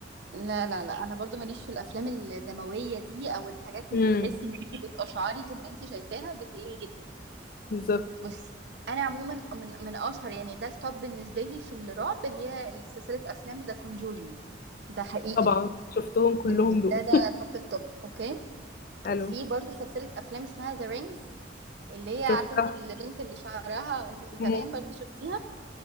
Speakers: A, on the right; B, on the left.
A: لا لا لا انا برضو ماليش في الافلام الدمويه دي او الحاجات
B: امم
A: اللي تحسي ان انت بتقشعري طول ما انت شايفاها بتضايقني جدا
B: بالظبط
A: بصي انا عموما من من اشهر يعني ده التوب بالنسبه لي في الرعب هي سلسله افلام ذا كونجورينج ده حقيقي
B: طبعا شفتهم كلهم
A: يعني
B: دول
A: ده ده توب التوب اوكي
B: الو
A: في برضو سلسله افلام اسمها ذا رينجز اللي هي عارفه
B: شفتها
A: انت البنت اللي شعرها
B: مم.
A: تمام برضو شفتيها